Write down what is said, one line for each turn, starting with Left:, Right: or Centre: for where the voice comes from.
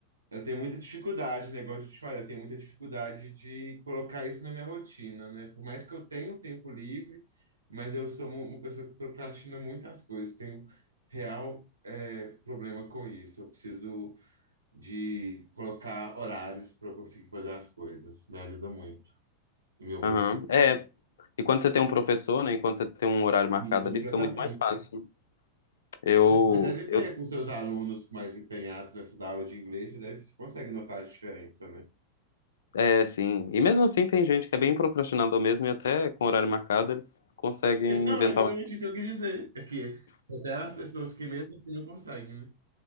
Right: eu tenho muita dificuldade, negócio de te falar, eu tenho muita dificuldade de colocar isso na minha rotina, né? Por mais que eu tenha tempo livre, mas eu sou um- uma pessoa que procrastina muitas coisas, tenho real, eh, problema com isso. Eu preciso de colocar horários para eu conseguir fazer as coisas. Me ajuda muito e me obriga
Left: aham, é. E quando você tem um professor, né? E quando você tem um horário marcado
Right: e completamente.
Left: ali, fica muito mais fácil. Eu,
Right: Você deve ver
Left: eu
Right: com seus alunos mais empenhados nessa da aula de inglês, você deve, você consegue notar a diferença, né?
Left: É, sim. E mesmo assim tem gente que é bem procrastinador mesmo e até com horário marcado eles conseguem
Right: Mas Não,
Left: inventar,
Right: é exatamente
Left: uma-
Right: isso que eu quis dizer. É que até as pessoas que mesmo assim não conseguem, né?